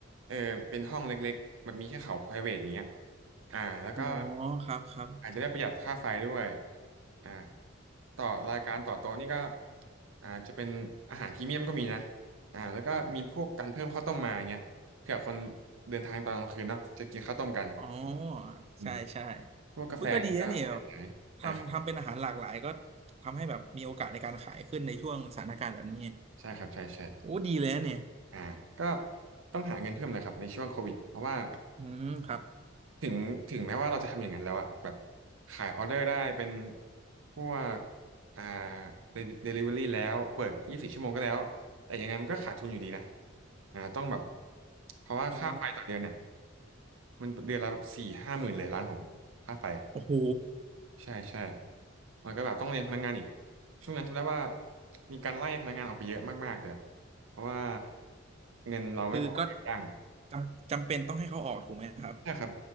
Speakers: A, on the right; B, on the right.
A: เออเป็นห้องเล็กๆแบบมีแค่เขา private อย่างเงี้ยอ่าแล้วก็
B: อ๋อครับครับ
A: อาจจะได้ประหยัดค่าไฟด้วยอ่าต่อรายการต่อโต๊ะนี่ก็อ่าจะเป็นอาหารพรีเมียมก็มีนะอ่าแล้วก็มีพวกการเพิ่มข้าวต้มมาอย่างเงี้ยเผื่อคนเดินทางตอนกลางคืนเนาะจะกินข้าวต้มกัน
B: อ๋อ
A: อืม
B: ใช่ใช่
A: พวกกาแฟอย่างเงี้ยก็ได้ขายอ่า
B: อุ้ยก็ดีนะเนี่ยแบบทำทำเป็นอาหารหลากหลายก็ทำให้แบบมีโอกาสในการขายขึ้นในช่วงสถานการณ์แบบนี้
A: ใช่ครับใช่ใช่
B: โอ้ดีเลยนะเนี่ย
A: อ่าก็ต้องหาเงินเพิ่มนะครับในช่วงโควิดเพราะว่า
B: อืมครับ
A: ถึงถึงแม้ว่าเราจะทำอย่างนั้นแล้วอะแบบขายออเดอร์ได้เป็นพวกอ่าเดลิเวอรี่แล้วเปิดยี่สิบสี่ชั่วโมงก็แล้วแต่ยังไงมันก็ขาดทุนอยู่ดีนะอ่าต้องแบบเพราะว่าค่าไฟต่อเดือนเนี่ย
B: อ๋อ
A: มันเดือนละสี่ห้าหมื่นเลยล้านผมค่าไฟ
B: โอ้โห
A: ใช่ใช่แล้วก็แบบต้องเลี้ยงพนักงานอีกช่วงนั้นจำได้ว่ามีการไล่พนักงานออกไปเยอะมากๆเลยอะเพราะว่าเงินเราไม่พอให้จ้าง
B: คือก็จำจำเป็นต้องให้เขาออกถูกไหมครับ
A: นะครับ